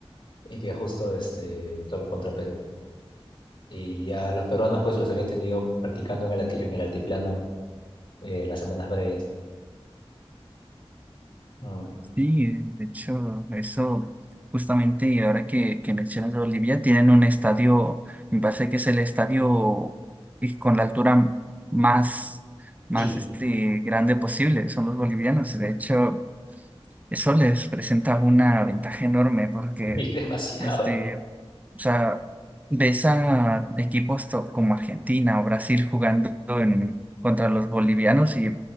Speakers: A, on the left (about 60°); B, on the right (about 15°).
A: y que justo este, toca contra Perú. Y a los peruanos pues los habían tenido practicando en el, alti- en el altiplano eh, las semanas previas. Mm.
B: sí, eh, de hecho, eso justamente, y ahora que, que mencionas a Bolivia, tienen un estadio, me parece que es el estadio y con la altura más, más
A: Y,
B: este, grande posible, son los bolivianos. De hecho, eso les presenta una ventaja enorme porque,
A: <laughs> y demasiado.
B: este, o sea, ves a equipos top como Argentina o Brasil jugando en, contra los bolivianos